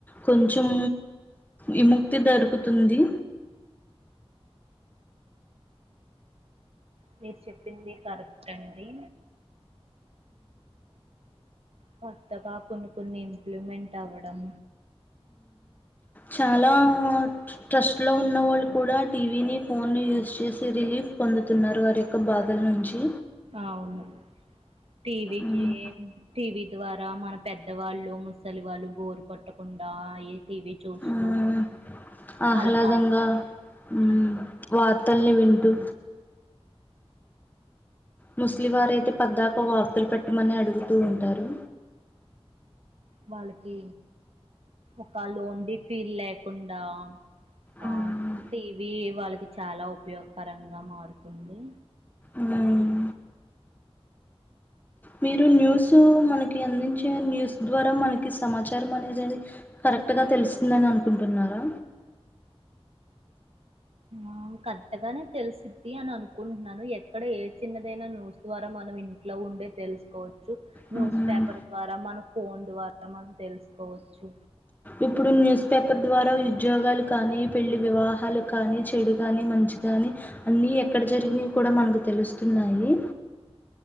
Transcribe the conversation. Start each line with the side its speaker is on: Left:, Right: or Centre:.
Left: కొంచెం విముక్తి దొరుకుతుంది
Right: మీరు చెప్పింది కరెక్ట్ అండి కొత్తగా కొన్ని కొన్ని ఇంప్లిమెంట్ అవ్వడం
Left: చాలా ట్రస్ట్ లో ఉన్న వాళ్ళు కూడా టీవీని ఫోన్ యూజ్ చేసి రిలీఫ్ పొందుతున్నారు వారి యొక్క బాధల నుంచి
Right: అవును టివికి
Left: మ్మ్.
Right: టీవీ ద్వారా మన పెద్దవాళ్ళు ముసలి వాళ్ళు బోరు కొట్టకుండా ఈ టీవీ చూస్తూ
Left: ఉమ్ ఆహ్లాదంగా
Right: అలా కాలం
Left: ఉమ్
Right: ఆ
Left: వా ర్తల్ని వింటు ముసలి వారైతే పద్దాకా వార్తలు పెట్టమని అడుగుతూ ఉంటారు
Right: వాళ్ళకి ఒక లోన్డి ఫీల్ లేకుండా
Left: మ్మ్.
Right: ఆ టీవీ వాళ్ళకి చాలా ఉపయోగకరంగా మారుతుంది
Left: ఉమ్ మీరు న్యూస్ మనకి అందించే న్యూస్ ద్వారా మనకి సమాచారం అనేది అది కరెక్ట్గా తెలుస్తుందని అనుకుంటున్నారా
Right: ఆ కరెక్ట్ గానే తెలుసిద్ది అని అనుకుంటున్నాను ఎక్కడ ఏ చిన్నదైన న్యూస్ ద్వారా మనం ఇంట్లో ఉండే తెలుసు కోవచ్చు
Left: హ్మ్.
Right: న్యూస్ పేపర్ ద్వారా మన ఫోన్ ద్వారా మనం తెలుసుకోవచ్చు
Left: ఇప్పుడు న్యూస్ పేపర్ ద్వారా ఉద్యోగాలు కానీ పెళ్లి వివాహాలు కానీ చెడు కానీ మం చి కానీ అన్ని ఎక్కడ జరిగినవి కూడా మనకు తెలుస్తున్నాయి